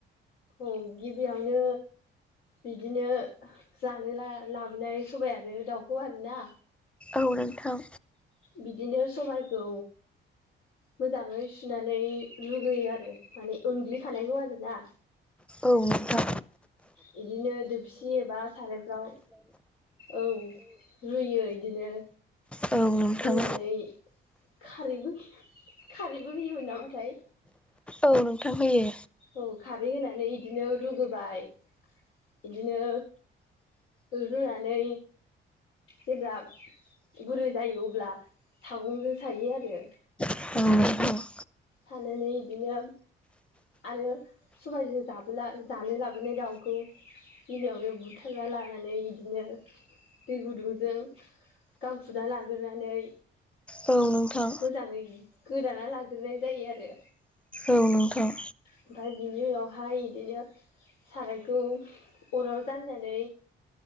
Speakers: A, on the left (about 85°); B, in the centre.
A: औ गिबियावनो बिदिनो जानो ला-लाबोनाय सबाइ आरो दाउखौ आरोना
B: औ नोंथां
A: बिदिनो सबायखौ मोजाङै सुनानै लुगैयो आरो माने उनग्लिखानायखौ आरोना
B: औ नोंथा
A: बिदिनो दोबसि एबा सारायफ्राव औ रुयो इदिनो।
B: औ नोंथां
A: रुनानै खारैबो खारैबो होयोमोन नामाथाय?
B: औ नोंथां होयो।
A: औ खारै होनानै इदिनो रुगोबाय। इदिनो रुनानै जेब्ला गुरै जायो अब्ला सागंजों सायो आरो।
B: औ अह।
A: सानानै इदिनो आरो सबायजों जाबोला जानो लाबोनाय दाउखौ गिबियावनो बुथारना लानानै इदिनो दै गुदुंजों गां फुना लाग्रोनानै
B: औ नोंथां
A: मोजाङै गोदाना लाग्रोनाय जायो आरो।
B: औ नोंथां।
A: ओमफाय बिनि उनावहाय इदिनो सारायखौ अराव जाननानै